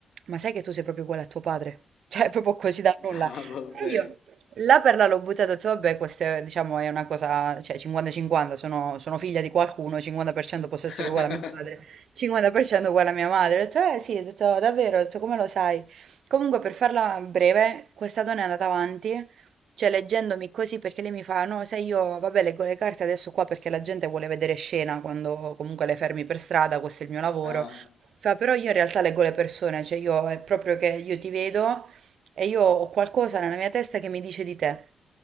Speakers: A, on the right; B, on the left.
A: ma sai che tu sei proprio uguale a tuo padre? <laughs> Cioè, proprio così dal nulla.
B: No, vabbè.
A: E io là per là l'ho buttato, ho detto, vabbè, questo è, diciamo, è una cosa, cioè 50-50, sono, sono figlia di qualcuno, 50% posso
B: <laughs>
A: essere uguale a mio padre, 50% uguale a mia madre. Ho detto, eh sì, ho detto, davvero, ho detto, come lo sai? Comunque, per farla breve, questa donna è andata avanti, cioè leggendomi così perché lei mi fa: No, sai, io vabbè, leggo le carte adesso qua perché la gente vuole vedere scena quando comunque le fermi per strada, questo è il mio lavoro.
B: Ah,
A: Fa, però io in realtà leggo le persone, cioè io è proprio che io ti vedo e io ho qualcosa nella mia testa che mi dice di te.